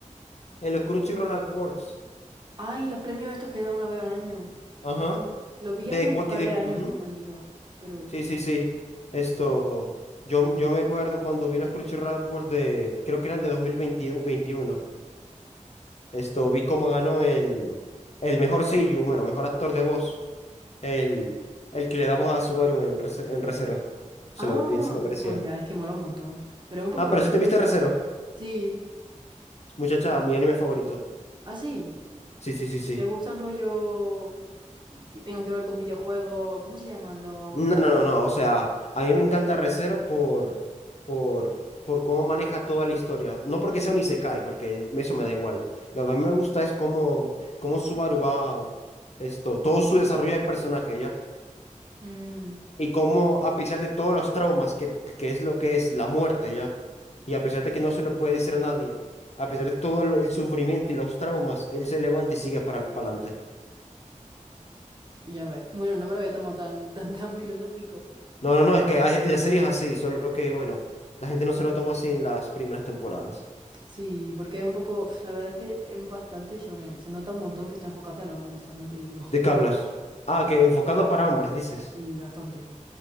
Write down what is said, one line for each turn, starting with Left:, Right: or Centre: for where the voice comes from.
Left: en los Crunchyroll Awards.
Right: Ay, los premios estos que dan una vez al año.
Left: Ajá.
Right: Los vi
Left: De
Right: hace un
Left: Quacky
Right: par
Left: de.
Right: de años
Left: ujú.
Right: con mi amiga, pero...
Left: Sí, sí, sí. Esto. Yo, yo me acuerdo cuando vi los Crunchyroll Awards de. Creo que eran de 2021. Esto. Vi cómo ganó el. El mejor seiyuu, bueno, mejor actor de voz. El, el que le da voz a Subaru en, Rece- en Re:Zero. Se
Right: Ah,
Left: lo, bien se lo merecía.
Right: bueno, ya es que mola un montón, pero es un poco
Left: Ah, pero
Right: difícil.
Left: si te viste
Right: dar.
Left: Re:Zero.
Right: Sí,
Left: Muchacha, mi anime favorito.
Right: ah, sí.
Left: Sí, sí, sí, sí.
Right: ¿Te gustan rollo que tengan que ver con videojuegos? ¿Cómo se llaman los...?
Left: No, no, no, no. O sea, a mí me encanta Re:Zero por, por, por cómo maneja toda la historia. No porque sea un isekai, porque eso me da igual. Lo que a mí me gusta es cómo, cómo Subaru va, esto, todo su desarrollo de personaje, ¿ya?
Right: Mm,
Left: Y cómo, a pesar de todos los traumas, que, que es lo que es la muerte, ¿ya? Y a pesar de que no se lo puede decir a nadie, a pesar de todo lo- el sufrimiento y los traumas, él se levanta y sigue para, para adelante.
Right: ya ves. Bueno, no me lo había tomado tan, tan, tan filosófico.
Left: No, no, no, es que hay- la serie es así, solo que, bueno, la gente no se lo tomó así en las primeras temporadas.
Right: Sí, porque es un poco... uf, La verdad es que es bastante shonen. Se nota un montón que está enfocado hacia los hombres, también te digo. <laughs>
Left: ¿De qué hablas? Ah, que enfocado para hombres, dices.
Right: Y bastante.